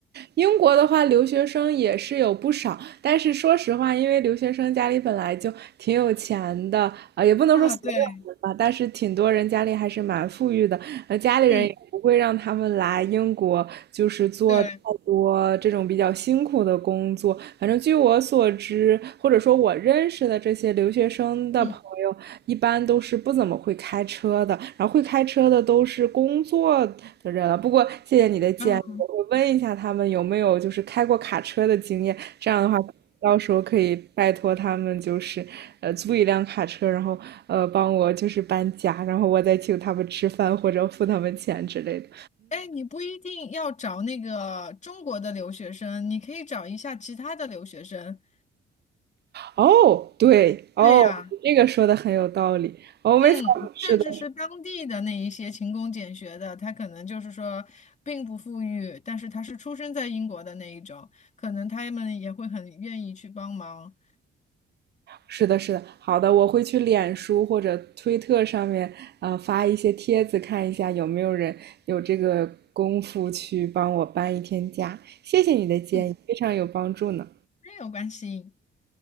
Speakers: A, on the right (about 55°); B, on the left (about 35°).
A: 英国的话，留学生也是有不少，但是说实话，因为留学生家里本来就挺有钱的，啊、也不能说所有人吧，
B: 啊，对，
A: 但是挺多人家里还是蛮富裕的，呃，家里人也不会让他们来英国，
B: 嗯，
A: 就是做太多这种比较辛苦的工作。
B: 对，
A: 反正据我所知，或者说我认识的这些留学生的朋友，
B: 嗯，
A: 一般都是不怎么会开车的，然后会开车的都是工作的人了。不过谢谢你的建议。
B: 啊，
A: 我问一下他们有没有就是开过卡车的经验，这样的话，到时候可以拜托他们就是呃租一辆卡车，然后呃帮我就是搬家，然后我再请他们吃饭或者付他们钱之类的。
B: 哎，你不一定要找那个中国的留学生，你可以找一下其他的留学生。
A: 哦，对，哦，
B: 对呀，
A: 这个说的很有道理。哦，
B: 嗯，
A: 没，是的，
B: 甚至是当地的那一些勤工俭学的，他可能就是说并不富裕，但是他是出生在英国的那一种，可能他们也会很愿意去帮忙。
A: 是的，是的，好的，我会去脸书或者推特上面呃发一些帖子，看一下有没有人有这个功夫去帮我搬一天家。谢谢你的建议，
B: 嗯，
A: 非常有帮助呢。
B: 没有关系。